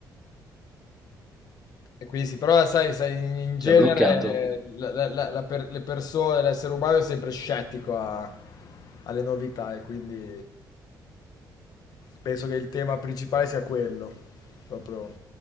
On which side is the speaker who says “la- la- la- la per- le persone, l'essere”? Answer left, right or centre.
Left